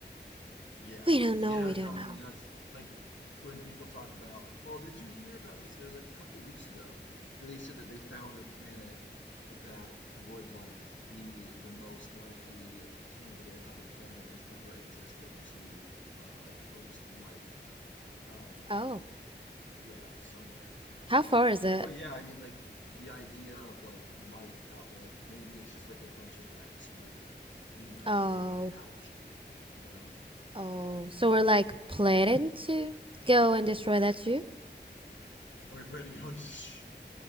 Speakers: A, on the left (about 85°); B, on the right (about 30°).
A: Yeah.
B: We don't know.
A: Yeah.
B: We don't
A: No, I
B: know.
A: mean, that's like when people talk about, well, did you hear about this? It was like a couple weeks ago. They said that they found a planet that would like be the most likely candidate of a planet that has ever existed to uh, like host life. Um,
B: Oh,
A: yeah, somewhere in the universe.
B: how far is it?
A: But yeah, I mean, like the idea of like life out there, like maybe it's just like a bunch of bacteria, you know,
B: Oh,
A: or like algae, you know.
B: oh. So we're like planning to go and destroy that too.
A: Are we planning to go into <laughs>